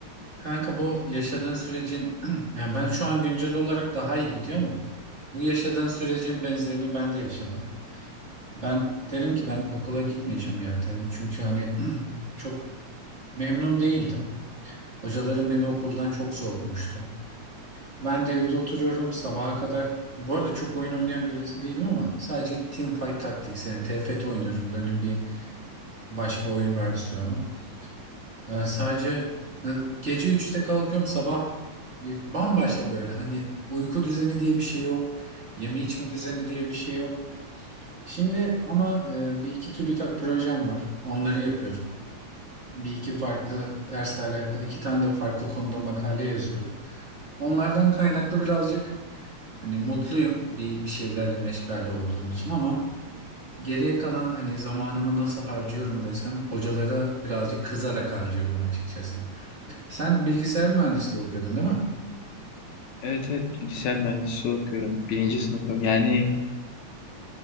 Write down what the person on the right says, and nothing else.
Kanka bu yaşadığın sürecin <clears throat> yani ben şu an güncel olarak daha iyi gidiyor mu? Bu yaşadığın sürecin benzerini ben de yaşadım. Ben dedim ki ben okula gitmeyeceğim ya dedim. Çünkü hani <clears throat> çok memnun değildim. Hocalarım beni okuldan çok soğutmuştu. Ben de evde oturuyorum sabaha kadar. Bu arada çok oyun oynayan birisi değilim ama sadece Teamfight Tactics yani TFT oynuyorum. LoL'ün bir başka oyun versiyonu. Yani sadece ne- gece 3'te kalkıyorum sabah e, bambaşka böyle hani uyku düzeni diye bir şey yok. Yeme içme düzeni diye bir şey yok. Şimdi ama e, bir iki TÜBİTAK projem var. Onları yapıyorum. Bir iki farklı dersle alakalı iki tane de farklı konuda makale yazıyorum. Onlardan kaynaklı birazcık hani mutluyum bir, bir şeylerle meşgale olduğum için ama geriye kalan hani zamanımı nasıl harcıyorum desen hocalara birazcık kızarak harcıyorum açıkçası. Sen bilgisayar mühendisliği okuyordun değil mi?